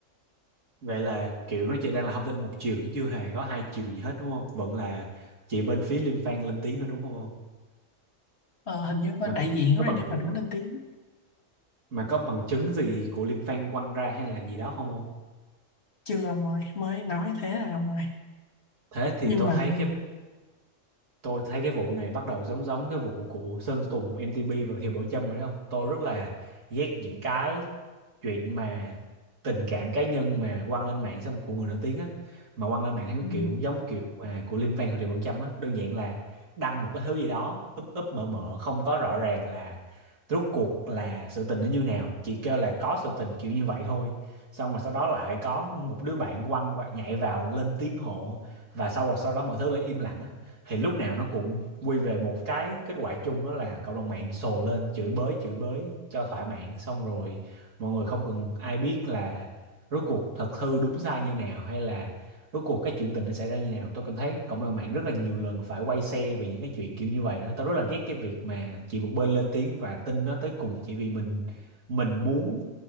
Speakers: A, on the right; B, on the left.
A: Vậy là kiểu nó chỉ đang là thông tin một chiều chứ chưa hề có hai chiều gì hết đúng không? Vẫn là chị bên phía Liêm Phan lên tiếng hơn đúng không? ông?
B: Ờ, Hình như bên
A: Mà
B: đại
A: cũng
B: diện của
A: có
B: Renevan
A: bằng chứng mà.
B: có lên tiếng
A: Mà có bằng chứng gì của Liêm Phan quăng ra hay là gì đó không không?
B: Chưa ông ơi, mới nói thế là ông ơi
A: Thế thì
B: Nhưng
A: tôi
B: mà
A: thấy cái tôi thấy cái vụ này bắt đầu giống giống cái vụ của Sơn Tùng MTP và Thiều Bảo Trâm rồi đấy không tôi rất là ghét những cái chuyện mà tình cảm cá nhân mà quăng lên mạng xong của người nổi tiếng á mà quăng lên mạng theo cái
B: ừ,
A: kiểu giống kiểu mà của Liêm Phan Hồ Triệu Bảo Trâm á đơn giản là đăng một cái thứ gì đó úp úp mở mở không có rõ ràng là rốt cuộc là sự tình nó như nào chỉ kêu là có sự tình kiểu như vậy thôi xong rồi sau đó lại có một đứa bạn quăng và nhảy vào lên tiếng hộ và sau rồi sau đó mọi thứ lại im lặng á thì lúc nào nó cũng quy về một cái kết quả chung đó là cộng đồng mạng sồ lên chửi bới chửi bới cho thỏa mãn xong rồi mọi người không cần ai biết là rốt cuộc thật hư đúng sai như nào hay là rốt cuộc cái chuyện tình nó xảy ra như nào tôi cảm thấy cộng đồng mạng rất là nhiều lần phải quay xe vì những cái chuyện kiểu như vậy đó tôi rất là ghét cái việc mà chỉ một bên lên tiếng và tin nó tới cùng chỉ vì mình mình muốn